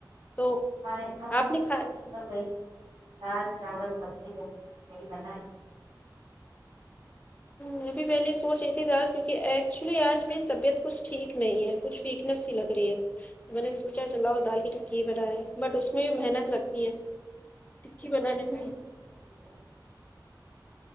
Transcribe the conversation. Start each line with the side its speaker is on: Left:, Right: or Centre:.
Left: تو
Right: ے
Left: آپ نے کھا
Right: سمپل ب دال چاول سبزی سبی پ بنا <unintelligible> <inaudible>
Left: میں بھی پہلیے سوچ رہی تھی دال کیونکہ ایکچولی آج میری طبیعت کچھ ٹھیک نہیں ہے کچھ ویکنیس سی لگ رہی ہے میں نے سوچا چلاؤ دال کی ٹکی ہی بنائے بٹ اس میں بھی محنت لگتی ہے ٹکی بنانے
Right: ہاں، محنت
Left: میں
Right: تو اس میں بھی ہے،